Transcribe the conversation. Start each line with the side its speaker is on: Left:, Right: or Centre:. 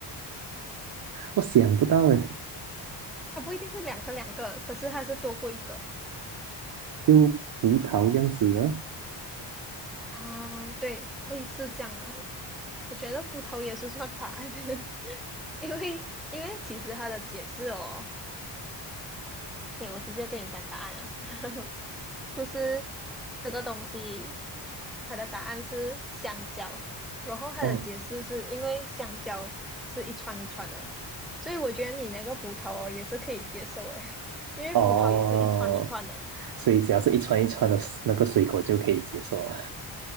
Right: 我想不到诶，
Centre: 它不一定是两个两个，可是它是多过一个
Right: 就葡萄这样子的。
Centre: 啊。对，类似这样啊。我觉得葡萄也是算答案，<laughs> 因为因为其实它的解释哦。对，我直接跟你讲答案啊，<laughs> 就是这个东西，它的答案是香蕉，然后它的解释是因为香蕉是一串一串的，
Right: 哦
Centre: 所以我觉得你那个葡萄哦也是可以接受诶，<laughs> 因为葡萄也是一串一串的嘛。
Right: 哦，所以只要是一串一串的那个水果就可以接受了。